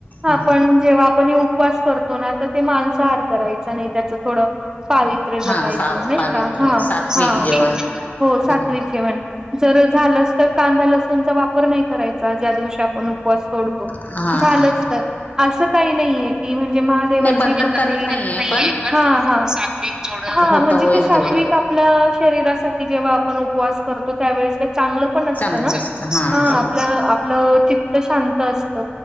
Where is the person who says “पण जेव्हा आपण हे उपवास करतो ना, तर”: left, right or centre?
Right